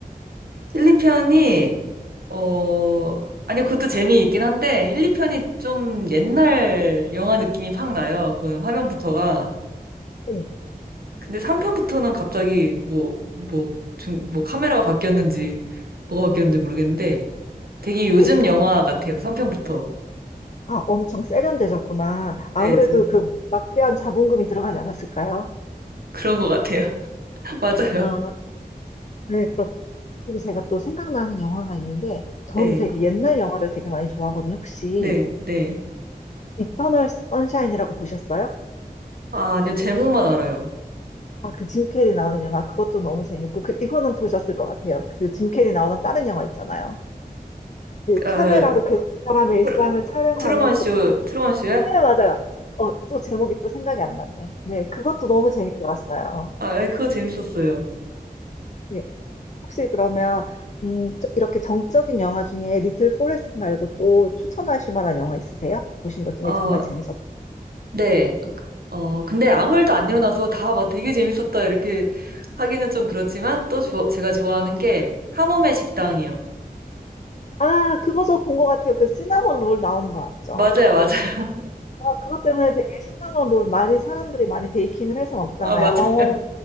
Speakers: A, on the right; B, on the left.
A: 1, 2편이, 어, 아니, 그것도 재미있긴 한데, 1, 2편이 좀 옛날 영화 느낌이 팍 나요. 그 화면부터가.
B: 네.
A: 근데 3편부터는 갑자기 뭐, 뭐, 중, 뭐 카메라가 바뀌었는지, 뭐가 바뀌었는지 모르겠는데, 되게 요즘
B: 네.
A: 영화 같아요. 3편부터.
B: 아, 엄청 세련되셨구나. 아무래도
A: 네, 좀
B: 그 막대한 자본금이 들어가지 않았을까요?
A: 그런 것 같아요. <laughs> 맞아요.
B: 아, 네, 그렇고. 그리고 제가 또 생각나는 영화가 있는데, 저는
A: 네,
B: 되게 옛날 영화를 되게 많이 좋아하거든요. 혹시
A: 네, 네.
B: 이터널 선샤인이라고 보셨어요?
A: 아, 아니요, 제목만 알아요.
B: 아, 그 짐 캐리 나오는 영화, 그것도 너무 재밌고, 그, 이거는 보셨을 것 같아요. 그 짐 캐리 나오는 다른 영화 있잖아요. 그
A: 아,
B: 카메라로 그 사람의 일상을
A: 트루-
B: 촬영하는
A: 트루먼 쇼,
B: 그,
A: 트루먼 쇼야?
B: 네, 맞아요. 어, 또 제목이 또 생각이 안 났네. 네, 그것도 너무 재밌게 봤어요.
A: 아, 네, 그거 재밌었어요.
B: 네. 혹시 그러면 음, 저- 이렇게 정적인 영화 중에 리틀 포레스트 말고 또 추천하실 만한 영화 있으세요? 보신 것 중에
A: 어,
B: 정말 재밌었.
A: 네. 어, 근데 아무 일도 안 일어나서 다 막 되게 재밌었다 이렇게 하기는 좀 그렇지만 또 조- 제가 좋아하는 게 탐험의 식당이요.
B: 아, 그거 저 본 것 같아요. 그 시나몬 롤 나오는 거 맞죠?
A: 맞아요, 맞아요. <laughs>
B: 아, 그것 때문에 되게 시나몬 롤 많이 사람들이 많이 베이킹을 해서 먹잖아요.
A: 아, 맞아요.
B: 어,
A: <laughs>